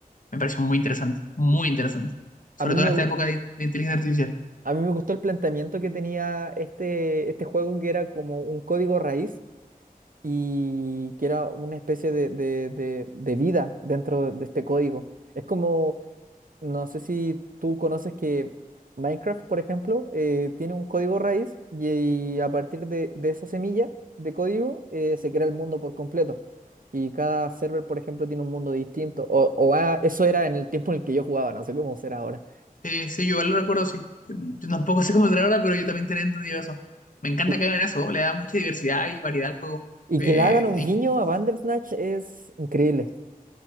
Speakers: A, on the left; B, on the right.
A: me pareció muy interesante, muy interesante, sobre
B: A mí
A: todo
B: me,
A: en esta
B: gu-
A: época de, de inteligencia artificial.
B: a mí me gustó el planteamiento que tenía este, este juego que era como un código raíz y que era una especie de, de- de- de vida dentro de este código. Es como, no sé si tú conoces que Minecraft, por ejemplo, eh, tiene un código raíz y, a partir de, de esa semilla de código eh, se crea el mundo por completo. Y cada server, por ejemplo, tiene un mundo distinto. O, o ah, eso era en el tiempo en el que yo jugaba, no sé cómo será ahora.
A: Sí, sí, yo igual lo recuerdo, sí. Yo tampoco <laughs> sé cómo será ahora, pero yo también tenía entendido eso. Me encanta
B: Sí.
A: que hagan eso, le da mucha diversidad y variedad al juego.
B: Y
A: Eh,
B: que le hagan un guiño a Bandersnatch es increíble.